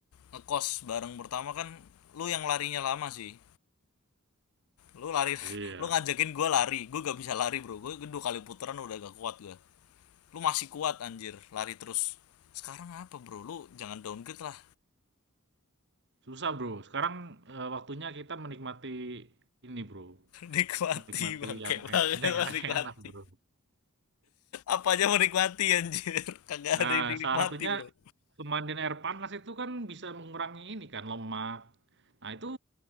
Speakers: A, on the left; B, on the right.
A: ngekos bareng pertama kan lo yang larinya lama sih. Lu lari,
B: Iya,
A: lu ngajakin gue lari. gue gak bisa lari, Bro. gue kedua kali putaran udah gak kuat gue, Lu masih kuat anjir, lari terus. Sekarang apa, Bro? Lu jangan downgrade lah.
B: susah, Bro. Sekarang, eee, waktunya kita menikmati ini, Bro,
A: <laughs> Nikmati
B: menikmati
A: bangke
B: yang
A: banget
B: e <laughs> yang enak-enak,
A: nikmati.
B: Bro.
A: Apa aja mau nikmati anjir. <laughs> Kagak
B: Nah,
A: ada yang dinikmati,
B: salah satunya
A: Bro.
B: pemandian air panas itu kan bisa mengurangi ini kan, lemak. Nah, itu